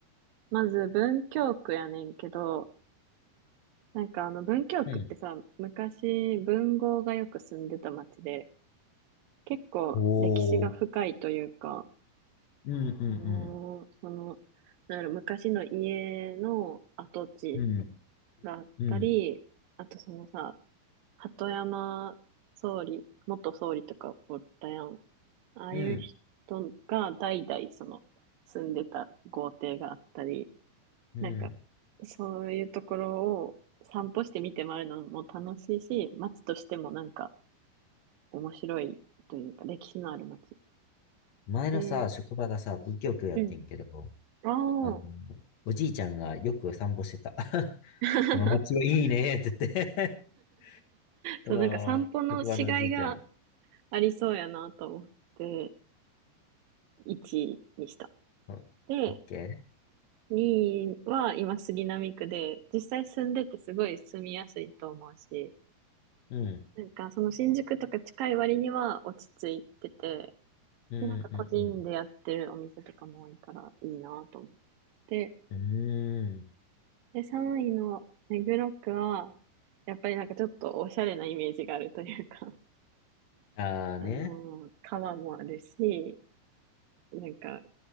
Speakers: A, on the right; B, on the left.
A: まず文京区やねんけど、なんかあの文京区ってさ、
B: うん。
A: 昔文豪がよく住んでた町で、結構歴史が深いというか、
B: おー。うんうん
A: あのーその、なんやろ、昔の家の跡地
B: うん。
A: があったり、
B: うん。うん。
A: あとそのさ、鳩山総理、元総理とかおったやん。ああいう人が代々その住んでた豪邸があったり、
B: うん、うん。
A: なんかそういうところを散歩して見て回るのも楽しいし、街としてもなんか面白いというか歴史のある街。
B: 前のさ、
A: で、
B: 職場がさ、文教教やってんけど、
A: うん。
B: あの、
A: ああ。
B: おじいちゃんがよく散歩してた。<laughs>
A: <laughs>
B: この街はいいねって言って <laughs>
A: そう、
B: その、
A: なんか散歩のしがいが
B: 職場のおじいちゃん。う
A: ありそうやなと思って1位にした。
B: ん、
A: で、
B: オッケー
A: 2位は今杉並区で、実際住んでてすごい住みやすいと思うし、
B: うん、
A: なんかその新宿とか近い割には落ち着いてて、
B: うん、
A: で、なんか個人でやってるお店とかも多いからいいなと思っ
B: うん、
A: て。
B: うん。うー
A: で、3位の目黒区は、やっぱりなんかちょっとおしゃれなイメージがあるというか、
B: ん。ああね。
A: <laughs> あのー川もあるし、なんか、